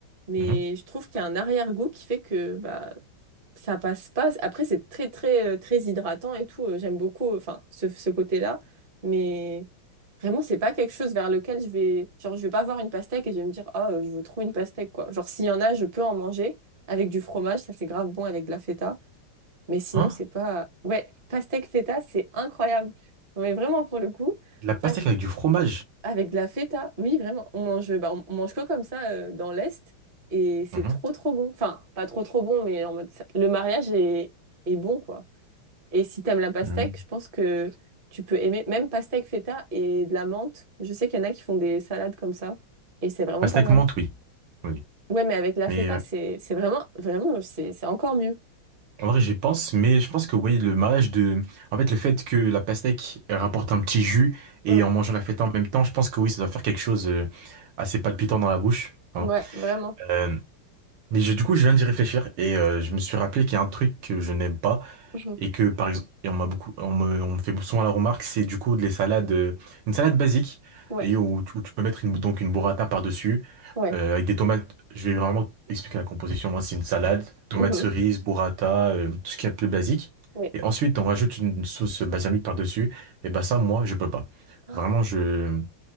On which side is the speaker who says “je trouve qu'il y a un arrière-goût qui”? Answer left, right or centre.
Right